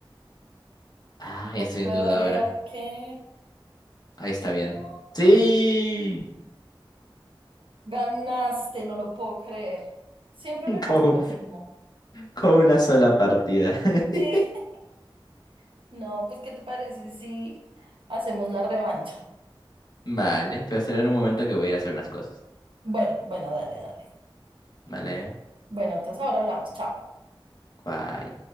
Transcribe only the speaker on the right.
Yo
creo
que
no.
Ganaste, no lo puedo creer. Siempre
me pasa
lo mismo.
Sí. <laughs> No, pues, ¿qué te parece si hacemos la revancha?
Bueno, bueno, dale, dale.
Bueno, entonces ahora hablamos. Chao.